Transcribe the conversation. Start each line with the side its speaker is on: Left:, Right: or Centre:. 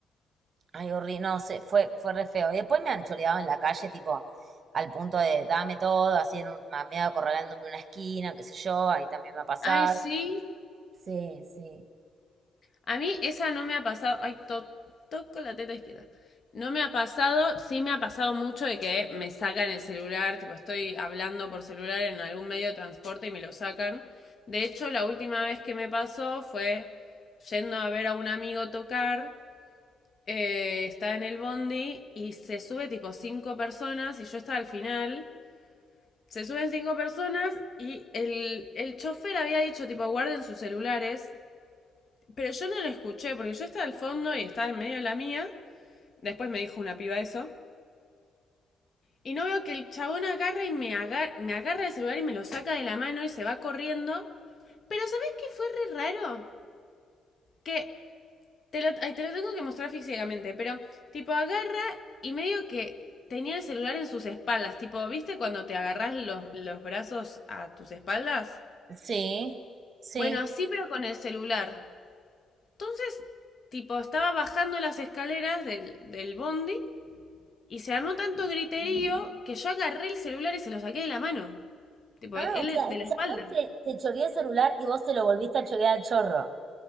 Right: Ay, horrible, no sé, fue, fue re feo. Y después me han choreado en la calle, tipo, al punto de dame todo, así en un mameado acorralándome en una esquina, qué sé yo, ahí también me ha pasado.
Left: Ay, sí.
Right: Sí, sí.
Left: A mí esa no me ha pasado. Ay, to- toco la teta izquierda. No me ha pasado, sí me ha pasado mucho de que me sacan el celular, tipo estoy hablando por celular en algún medio de transporte y me lo sacan. De hecho, la última vez que me pasó fue yendo a ver a un amigo tocar. eh, está en el bondi y se sube tipo cinco personas y yo estaba al final. Se suben cinco personas y el, el chofer había dicho tipo guarden sus celulares, pero yo no lo escuché porque yo estaba al fondo y estaba en medio de la mía. Después me dijo una piba eso. Y no veo que el chabón agarra y me, agar me agarra el celular y me lo saca de la mano y se va corriendo. Pero ¿sabés qué fue re raro? Que Te lo, ay, te lo tengo que mostrar físicamente, pero tipo agarra y medio que tenía el celular en sus espaldas, tipo, ¿viste cuando te agarras los, los brazos a tus espaldas?
Right: Sí, sí.
Left: Bueno, así pero con el celular. Entonces, tipo, estaba bajando las escaleras del, del bondi y se armó tanto griterío que yo agarré el celular y se lo saqué de la mano. Tipo,
Right: Ah,
Left: él
Right: o sea,
Left: de
Right: el chabón
Left: la espalda.
Right: te, te choreó el celular y vos te lo volviste a chorear al chorro.